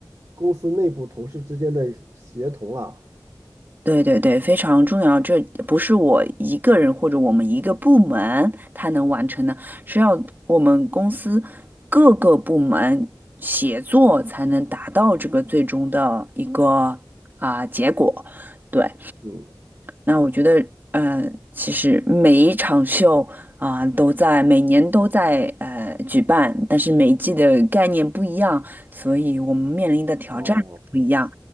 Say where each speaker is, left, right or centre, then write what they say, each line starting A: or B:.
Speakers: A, on the right; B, on the right.
A: 公司内部同事之间的协同了。
B: 对对对，非常重要。这不是我一个人或者我们一个部门他能完成的，是要我们公司各个部门协作才能达到这个最终的一个啊、结果。对，
A: 嗯，
B: 那我觉得，嗯，其实每一场秀啊、都在每年都在呃举办，但是每一季的概念不一样，所以我们面临的挑战也不一样。
A: 哦，